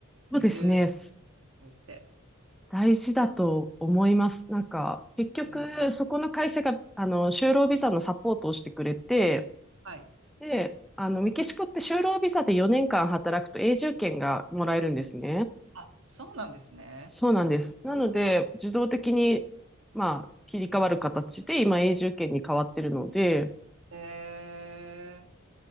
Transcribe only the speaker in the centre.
そうですね。大事だと思います。なんか、結局、
そこの会社が、あの、就労ビザのサポートをしてくれて、
で、あの、メキシコって就労ビザで4年間働くと永住権がもらえるんですね。
そうなんです。なので、自動的に、まあ、切り替わる形で、今、永住権に変わってるので、